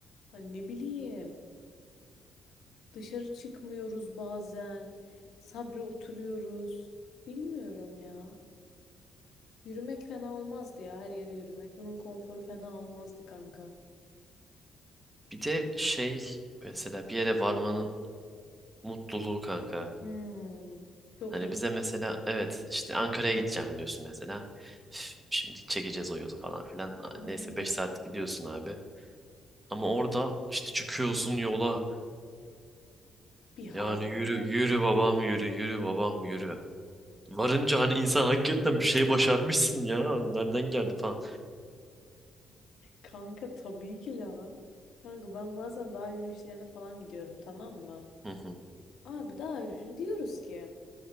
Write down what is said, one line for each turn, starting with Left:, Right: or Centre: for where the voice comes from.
Left: Hani ne bileyim dışarı çıkmıyoruz bazen. Sabri oturuyoruz. Bilmiyorum ya. Yürümek fena olmazdı ya her yere yürümek. Bunun konforu fena olmazdı kanka.
Right: Bir de şey mesela bir yere varmanın mutluluğu kanka.
Left: Hmm, çok
Right: Hani
Left: iyi.
Right: bize mesela evet işte Ankara'ya gideceğim diyorsun mesela. Üf, Şimdi çekeceğiz o yolu falan filan.
Left: Aynen.
Right: Neyse 5 saat gidiyorsun abi. Ama orada işte çıkıyorsun yola.
Left: Bir haz,
Right: Yani yürü
Left: bir haz.
Right: yürü babam yürü yürü babam yürü. Varınca hani insan hakikaten bir şey başarmışsın ya. Nereden geldi falan.
Left: Kanka tabii ki lan. Kanka ben bazen dağ yürüyüşlerine falan gidiyorum tamam mı?
Right: Hı hı.
Left: Abi dağ yürüyüşünü diyoruz ki.